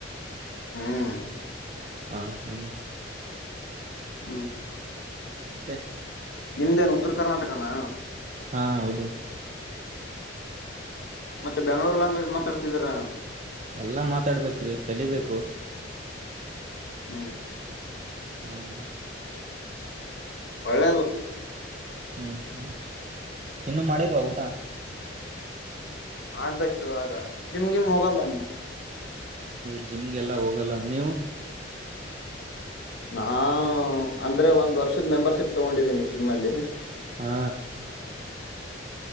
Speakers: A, on the left; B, on the right.
A: ಹ್ಮ್
B: ಹಾ ಹ್ಮ
A: ಹ್ಮ
B: ಮತ್ತೆ
A: ನಿಮ್ದೇನು ಉತ್ತರ ಕರ್ನಾಟಕನ
B: ಹಾ ಹೌದು
A: ಮತ್ತೆ ಬೆಂಗ್ಗಳೂರು ಲ್ಯಾಂಗ್ವೇಜ್ ಮಾತಾಡ್ತಿದೀರಾ
B: ಎಲ್ಲಾ ಮಾತಾಡ್ಬೇಕ್ರಿ ಕಲಿಬೇಕು
A: ಹ್ಮ
B: ಹ್ಮ
A: ಒಳ್ಳೇದು
B: ಹ್ಮ್ ಹ್ಮ್ ಇನ್ನುೂ ಮಾಡಿಲ್ವಾ ಊಟ
A: ಮಾಡ್ಬೇಕು ಇವಾಗ ಜಿಮ್ ಗಿಮ್ ಹೋಗಲ್ ಬಂದ
B: ಈ ಜಿಮ್ಗೆಲ್ಲಾ ಹೋಗಲ್ಲ ನೀವು
A: ನಾ ಅಂದ್ರೆ ಒಂದ್ ವರ್ಷದ ಮೆಂಬರ್ಶಿಪ್ ತಗೊಂಡಿದ್ದೀನಿ ಜಿಮ್ಮ್ ಅಲ್ಲಿ
B: ಹಾ